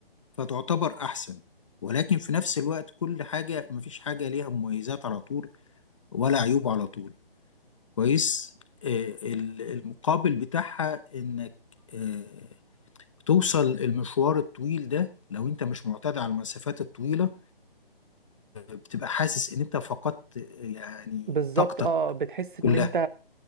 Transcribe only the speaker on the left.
فتعتبر أحسن ولكن في نفس الوقت كل حاجة مفيش حاجة ليها مميزات على طول ولا عيوب على طول كويس آه، ال- المقابل بتاعها انك آه، بتوصل المشوار الطويل ده لو انت مش معتاد على المسافات الطويلة بتبقى حاسس ان انت فقدت آه، يعني
طاقتك
كلها